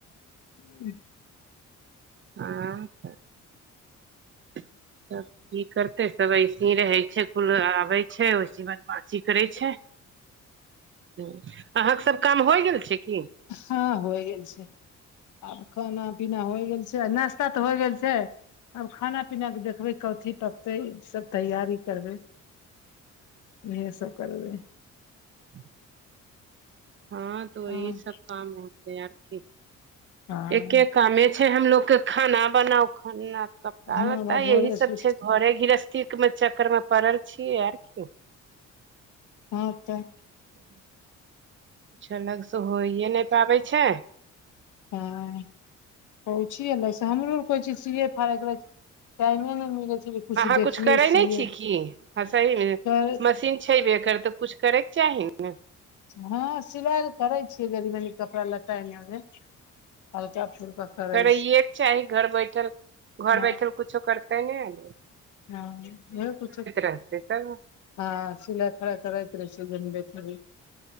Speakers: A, on the left (about 75°); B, on the right (about 40°).
A: <inaudible>
B: हँ तऽ सब की कर ते सभ ऐसे ही रहै छै इसकुल आबै छै वैसे बदमाशी करै छै हूं अहाँके सब काम होइ गेल छै की
A: हँ होइ गेल छै आब खाना पीना होइ गेल छै नाश्ता तऽ होइ गेल छै आब खाना पीनाके देखबै कथी तकते सब तैयारी करबै उहे सब करबै
B: <inaudible> हँ त वही
A: हँ
B: सब काम होतेै आ की
A: हँ
B: एके कामे छै हमलोग के खाना बनाउ खाना कपड़ा
A: हँ
B: लत्ता
A: भोरे
B: यही
A: से
B: सब
A: उठ
B: छै घरे गृहस्थी मे चक्कर मे पड़ल छीयै आर की
A: हँ तऽ
B: किछु अलग से होइए नहि पाबै छै
A: हँ होइ छै अलग से हमरो आर कोइ चीज सिए फाड़ेके रहै छै टाइमे नहि मिलै छै जे किछु
B: अहाँ
A: देखियै
B: कुछ करे
A: सियै
B: ने छीयै की हँ सही मे
A: कर
B: मशीन छैबे करय तऽ कुछ करैके चाही ने
A: हँ सिलाइ छ करै छियै कनी मनी कपड़ा लत्ता एने ओने हल्का फुल्का करै
B: करैएके
A: छी
B: चाही घर बैठल घर
A: हँ
B: बैठल कुछो करते ने लोग
A: हँ वैह कुच्छो
B: रहतै तब
A: हँ सिलाइ फराइ करैत रहे छै जनबे करी